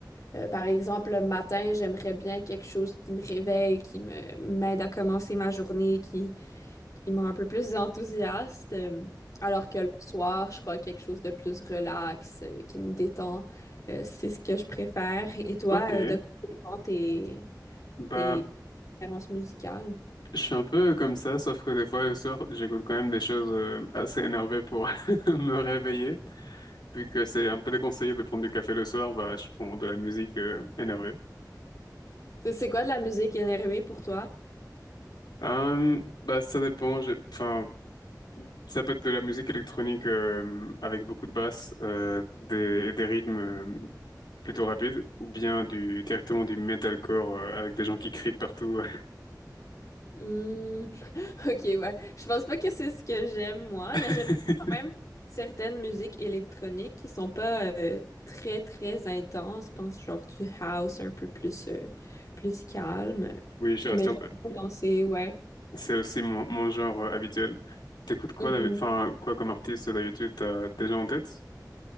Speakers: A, on the left; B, on the left.
A: Euh, par exemple, le matin, j'aimerais bien quelque chose qui me réveille, qui me m'aide à commencer ma journée, qui, qui me un peu plus enthousiaste. Euh, alors que le soir, je crois quelque chose de plus relax, euh, qui me détend. Euh, c'est ce que je préfère. Et toi,
B: Ok.
A: euh, de quoi dépend tes,
B: Bah,
A: tes préférences musicales?
B: je suis un peu comme ça, sauf que des fois le soir, j'écoute quand même des choses euh, assez énervées pour <laughs> me réveiller. Vu que c'est un peu déconseillé de prendre du café le soir, bah, je prends de la musique euh, énervée.
A: C'est c'est quoi de la musique énervée pour toi?
B: Euh, bah, ça dépend. j'ai- Enfin, ça peut être de la musique électronique euh, avec beaucoup de basses euh, des, et des rythmes euh, plutôt rapides, ou bien du, directement du metalcore euh, avec des gens qui crient partout.
A: Hmm, <laughs> ok, ouais. Je pense pas que c'est ce que j'aime moi,
B: <laughs>
A: mais j'aime bien quand même certaines musiques électroniques qui sont pas euh, très très intenses. Je pense genre du house un peu plus euh, plus calme.
B: Oui, je suis resté...
A: Mais j'aime bien danser ouais.
B: C'est aussi mon, mon genre euh, habituel. T'écoutes quoi,
A: Mhm.
B: d'habi- enfin, quoi comme artiste euh, d'habitude, t'as déjà en tête?